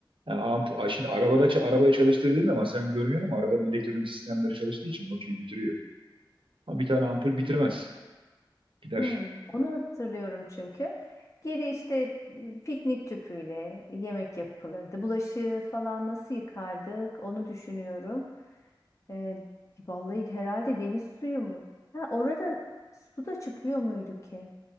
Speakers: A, on the right; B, on the left.
A: yani ampu- Ay, şimdi arabada ça- arabayı çalıştırdığın zaman sen görmüyorsun ama arabanın elektronik sistemleri çalıştığı için aküyü bitiriyor. Ama bir tane ampul bitirmez. Gider.
B: Hmm, onu hatırlıyorum çünkü. Geri işte m, piknik tüpüyle yemek yapılırdı. Bulaşığı falan nasıl yıkardık onu düşünüyorum. Ee, vallahi herhalde deniz suyu mu? Ha, orada su da çıkıyor muydu ki?